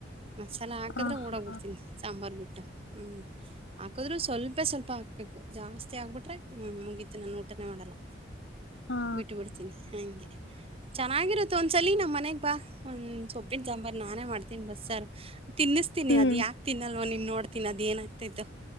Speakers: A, on the right; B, on the left.
A: ಮಸಾಲ ಹಾಕಿದ್ರೆ
B: ಆ ಹಾ
A: ಓಡಿ ಹೋಗಿಬಿಡ್ತೀನಿ ಸಾಂಬಾರಾರ್ ಬಿಟ್ಟು. ಹ್ಮ್ ಹಾಕದ್ರು ಸ್ವಲ್ಪೇ ಸ್ವಲ್ಪ ಹಾಕ್ಬೇಕು ಜಾಸ್ತಿ ಆಗ್ಬಿಟ್ರೆ ಹ್ಮ್ ಮುಗೀತು ನಾನು ಊಟನೇ ಮಾಡಲ್ಲ.
B: ಹಾ
A: ಬಿಟ್ಟು ಬಿಡ್ತೀನಿ ಹಂಗೆ. ಚೆನ್ನಾಗಿರುತ್ತ ಒಂದ್ಸಲ ನಮ್ ಮನೆಗ್ ಬಾ ಒ ಸೊಪ್ಪಿನ ಸಾಂಬಾರ್ ನಾನೇ ಮಾಡ್ತೀನಿ ಬಸ್ಸಾರ್. ತಿನ್ನಿಸ್ತಿನನಿ
B: ಹ್ಮ್
A: ಅದು ಯಾಕ ತಿನ್ನಲ್ಲ ನೊ ನೀನ್ ನೋಡ್ತೀನಿ ಅದೇನ ತಿದ್ದೋ